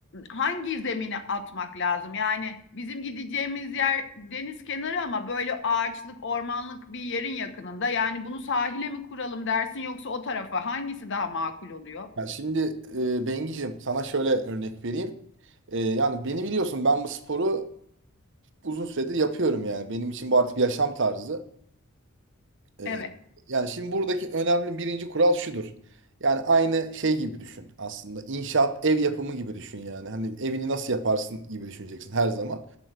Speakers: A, on the left; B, on the right.
A: hangi zemine atmak lazım? Yani bizim gideceğimiz yer deniz kenarı ama böyle ağaçlık, ormanlık bir yerin yakınında. Yani bunu sahile mi kuralım dersin yoksa o tarafa hangisi daha makul oluyor?
B: Yani şimdi e, Bengi'cim sana şöyle örnek vereyim. E, yani beni biliyorsun ben bu sporu uzun süredir yapıyorum yani. Benim için bu artık bir yaşam tarzı. E,
A: Evet,
B: yani şimdi buradaki önemli birinci kural şudur. Yani aynı şey gibi düşün aslında. İnşaat, ev yapımı gibi düşün yani. Hani evini nasıl yaparsın gibi düşüneceksin her zaman.